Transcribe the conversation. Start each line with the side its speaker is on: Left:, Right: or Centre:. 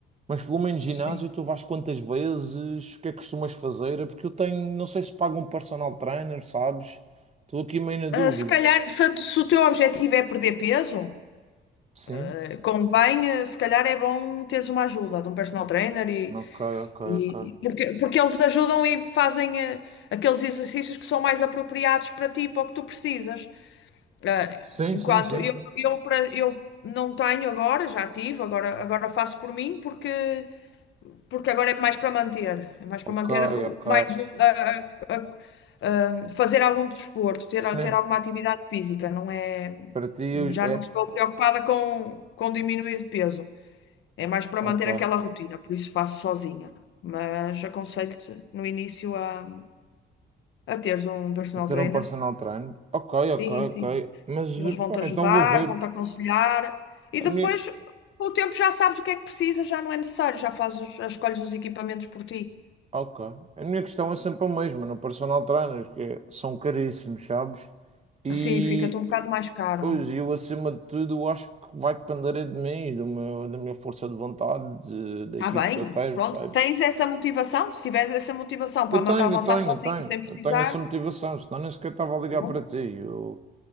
Right: Mas pelo menos ginásio
Left: sim.
Right: tu vais quantas vezes? O que é que costumas fazer? Porque eu tenho, não sei se pago um personal trainer, sabes? Estou aqui meio na dúvida.
Left: Ah, se calhar, se, a- se o teu objetivo é perder peso,
Right: Sim?
Left: eh, convém, eh, se calhar é bom teres uma ajuda de um personal trainer e
Right: Ok, ok,
Left: E,
Right: ok.
Left: porque, porque eles ajudam e fazem eh, aqueles exercícios que são mais apropriados para ti, para o que tu precisas. Eh,
Right: Sim,
Left: enquanto
Right: sim, sim,
Left: eu,
Right: sim.
Left: eu, para- eu não tenho agora, já tive, agora, agora faço por mim, porque, porque agora é mais para manter. É mais
Right: Ok,
Left: para manter, o-
Right: ok.
Left: mais o- a- a- a- a- fazer algum desporto,
Right: Sim.
Left: ter, ter alguma atividade física. Não é,
Right: Para ti é.
Left: já não estou preocupada com, com diminuir de peso. É mais para
Right: Ok.
Left: manter aquela rotina, por isso faço sozinha. Mas aconselho-te no início a, a teres um personal
Right: Ter
Left: trainer.
Right: um personal trainer. Ok,
Left: Sim,
Right: ok,
Left: sim.
Right: ok. Mas
Left: Eles vão-te
Right: pá,
Left: ajudar,
Right: então vou ver.
Left: vão-te aconselhar. E
Right: A
Left: depois,
Right: minha...
Left: com o tempo, já sabes o que é que precisas, já não é necessário, já fazes, os- já escolhes os equipamentos por ti.
Right: Ok. A minha questão é sempre a mesma no personal trainer, que é- são caríssimos, sabes? E
Left: Sim, fica-te um bocado mais caro.
Right: Pois, eu acima de tudo eu acho que vai depender é de mim, do meu, da minha força de vontade, de- daquilo
Left: Está bem,
Right: que eu quero,
Left: pronto.
Right: percebes?
Left: Tens essa motivação? Se tiveres essa motivação para
Right: Eu
Left: ama-
Right: tenho,
Left: avançar
Right: eu tenho,
Left: sozinho,
Right: eu tenho,
Left: sem precisar,
Right: eu tenho essa motivação, senão nem sequer estava a ligar
Left: bom,
Right: para ti. Eu,